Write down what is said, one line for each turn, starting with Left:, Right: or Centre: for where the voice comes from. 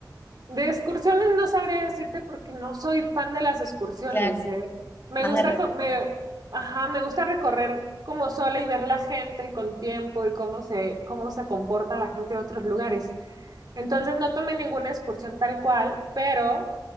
Right: de excursiones no sabría decirte porque no soy fan de las excursiones,
Left: Claro,
Right: ¿eh? Me
Left: más
Right: gusta,
Left: de recuerdo.
Right: co- me, ajá, me gusta recorrer como sola y ver la gente con tiempo y cómo se, cómo se comporta la gente de otros lugares. Entonces no tomé ninguna excursión tal cual, pero